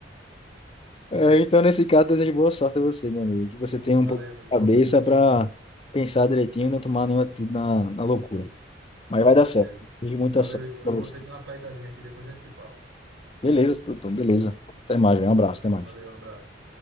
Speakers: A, on the left (about 30°); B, on the right (about 85°).
A: É, então, nesse caso, desejo boa sorte a você, meu amigo. Que você tenha
B: Valeu,
A: um pouco de
B: meu irmão.
A: cabeça para pensar direitinho e não tomar nenhuma tudo na, na loucura. Mas vai dar
B: Beleza.
A: certo. Desejo muita
B: Valeu,
A: sorte
B: Ítalo.
A: para
B: Eu vou
A: você.
B: ter que dar uma saídazinha aqui, depois a gente se fala.
A: Beleza, Tutum, beleza. Até mais, velho. Um abraço, até mais.
B: Valeu, um abraço.